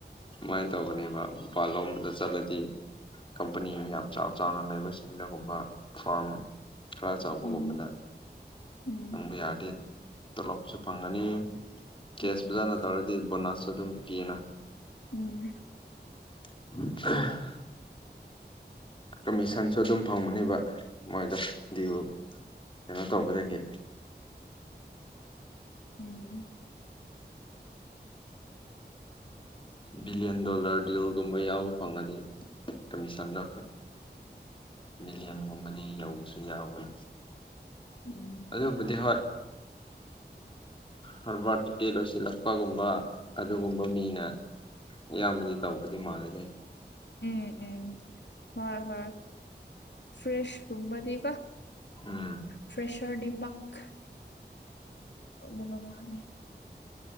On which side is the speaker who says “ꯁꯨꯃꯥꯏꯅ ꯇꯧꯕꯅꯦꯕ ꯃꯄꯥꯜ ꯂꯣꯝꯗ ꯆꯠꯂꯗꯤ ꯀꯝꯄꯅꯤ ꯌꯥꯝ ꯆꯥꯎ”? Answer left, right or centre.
Left